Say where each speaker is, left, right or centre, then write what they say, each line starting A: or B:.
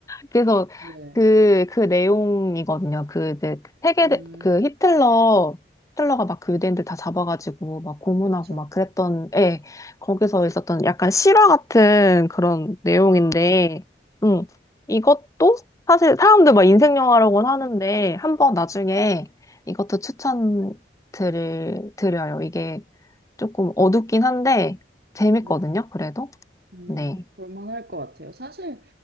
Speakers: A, on the left (about 20°); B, on the right (about 60°).
A: 그래서
B: 네.
A: 그, 그 내용이거든요. 그 이제 세계,
B: 음,
A: 그 히틀러, 히틀러가 막 그 유대인들 다 잡아가지고 막 고문하고
B: 그렇죠.
A: 막 그랬던, 예, 거기서 있었던 약간 실화 같은 그런 내용인데,
B: 음,
A: 음, 이것도 사실 사람들 막 인생 영화라고는 하는데, 한번 나중에 이것도 추천 드릴, 드려요. 이게 조금 어둡긴 한데, 재밌거든요.
B: 네.
A: 그래도.
B: 음,
A: 네.
B: 볼만할 것 같아요. 사실